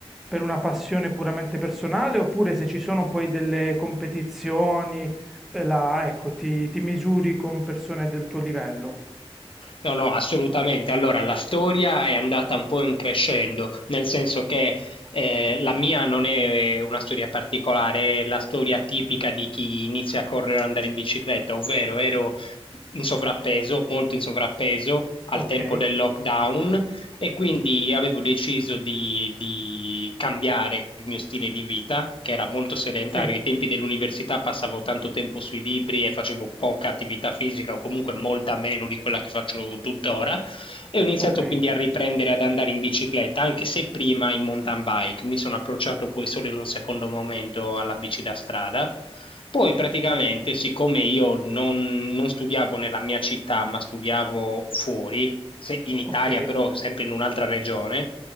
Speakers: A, in the centre; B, on the left.
A: per una passione puramente personale, oppure se ci sono poi delle competizioni, eh, la- ecco, ti, ti misuri con persone del tuo livello?
B: No, no, assolutamente. Allora, la storia è andata un po' in crescendo, nel senso che eh, la mia non è una storia particolare, è la storia tipica di chi inizia a correre o andare in bicicletta, ovvero ero in sovrappeso, molto in sovrappeso al
A: Ok,
B: tempo del lockdown e quindi avevo deciso di, di cambiare il mio stile di vita, che era molto sedentario.
A: sì,
B: Ai tempi dell'università passavo tanto tempo sui libri e facevo poca attività fisica, o comunque molta meno di quella che faccio tuttora. E ho iniziato
A: ok,
B: quindi a riprendere ad andare in bicicletta, anche se prima in mountain bike. Mi sono approcciato poi solo in un secondo momento alla bici da strada. Poi praticamente, siccome io non, non studiavo nella mia città, ma studiavo fuori, se- in Italia,
A: ok,
B: però sempre in un'altra regione,